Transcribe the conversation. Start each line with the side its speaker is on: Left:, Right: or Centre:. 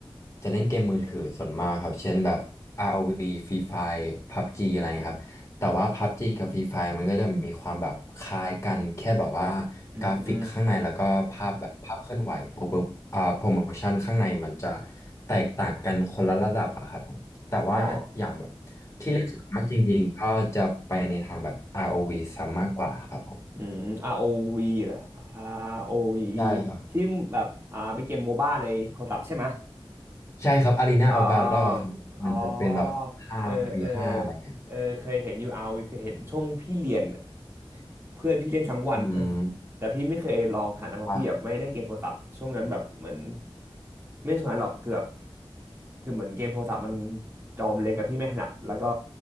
Left: จะเล่นเกมมือถือส่วนมากครับเช่นแบบ ROV Free Fire PUBG อะไรเงี้ยครับแต่ว่า PUBG กับ Free Fire มันก็จะมีความแบบคล้ายกันแค่แบบว่า
Right: อืมอืม
Left: กราฟิกข้างในแล้วก็ภาพแบบภาพเคลื่อนไหวโปรโปรอ่าโปรโมชั่นข้างในมันจะแตกต่างกันคนละระดับอะครับผมแต่ว่าอย่างแบบ
Right: อ๋อ
Left: ที่เล่นส่วนมากจริงๆก็จะไปในทางแบบ ROV ซะมากกว่าครับผม
Right: อืม ROV เหรอ ROV
Left: ใช่ครับ
Right: ที่แบบอ่าเป็นเกมโมบ้าในโทรศัพท์ใช่ไหม
Left: ใช่ครับอารีนาอัลวาโดครับมันจะเป็นแบบห้าวีห้าอะไรเงี้ย
Right: อ๋ออ๋อเออเออเออเคยเห็นยูเอาเคยเห็นช่วงพี่เรียนอะเพื่อนพี่เล่นทั้งวัน
Left: อืม
Right: <laughs> อะแต่พี่ไม่เคยลองหันนะเพราะพี่แบบไม่เล่นเกมโทรศัพท์ช่วงนั้นแบบเหมือน
Left: อ่ะ
Right: ไม่ช่วงนั้นหรอกเกือบคือเหมือนเกมโทรศัพท์มันจอมเล็กกับพี่ไม่ถนัดแล้วก็